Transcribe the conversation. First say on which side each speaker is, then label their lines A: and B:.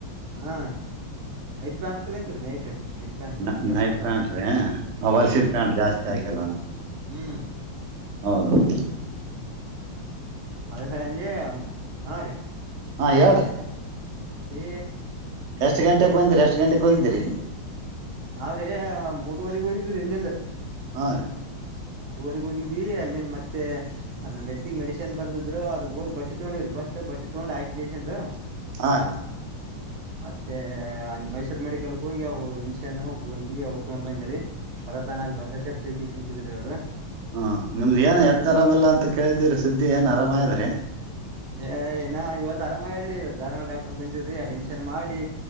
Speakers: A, on the right; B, on the right.
A: ಹಾ ನೈಟ್ ಪ್ಯಾಂಟ್ ಟ್ಕಂತೀವ್ರೀ ನೈಟ್ ನೈಟ್ ಪ್ಯಾಂಟ್
B: ನ
A: ಲುಂಗಿ ಏನ್
B: ನೈಟ್
A: ಉಟ್ಕಲ್ಲ
B: ಪ್ಯಾಂಟ್ರಿ ಆ ಹೊಲ್ಸಿನ
A: ಹ್ಮ್
B: ಪ್ಯಾಂಟ್ ಜಾಸ್ತಿ ಹಾಕಲ್ಲ ಅಂತ
A: ಹ್ಮ್
B: ಹೌದೌದು
A: ಅದ ಸಂಜೆ ಹಾ ರೀ
B: ಹಾ ಹೇಳ್ರಿ
A: ಮತ್ತಿ
B: ಎಷ್ಟ್ ಗಂಟೆಗೆ ಬಂದ್ರಿ ಎಷ್ಟ್ ಗಂಟೆಕ್ ಹೋಗ್ದಿರಿ.
A: ನಾವ್ರಿ ಮೂರ್ವರೆಗ ಹೋಗಿದೀರಿ ಇಲ್ಲಿಂದ.
B: ಹಾ ರೀ
A: ಮೂರುವರೆಗ್ ಹೋಗಿದ್ವಿ ಅಲ್ಲಿಂದ್ ಮತ್ತೆ. ನಮ್ ಎತ್ತಿಗ್ ಮೆಡಿಷನ್ ಬರ್ದಿದ್ರು ಅದು ಹೋಗಿ ಬಟ್ಟಿ ತೊಳಿರಿ ಪಸ್ಟ್ ಬಟ್ಟಿ ತಗೊಂಡ್ <unintelligible>
B: ಆರು <inaudible>
A: ಮತ್ತೆ ಅಲ್ಲಿ ಮೈಸೂರು ಮೆಡಿಕಲ್ಗೆ ಹೋಗಿ ಅವು ಹನ್ಶನ್ ಗುಳ್ಗಿ ಅವರು ತಗೊಂಡ್ ಬಂದರಿ ಭರತನಲ್ಲಿ ಬಸಾಚರ್ ಚೌಕಿ ಕುಂತಿದ್ರಿ ಅವ್ರು
B: ಹ ನಿಮ್ದ್ ಏನ ಎತ್ ಆರಾಮಿಲ್ಲ ಅಂತ ಕೇಳಿದಿರಿ ಸುದ್ದಿ ಏನ್ ಆರಾಮದ್ರೀ
A: ಏ ಏನ ಇವತ್ತು ಆರಾಮ ಆದ್ರಿ ಜಾರಲ್ ಡಾಟರ್ ಬಂದಿರಿ ಅಡ್ಮಿಷನ್ ಮಾಡಿ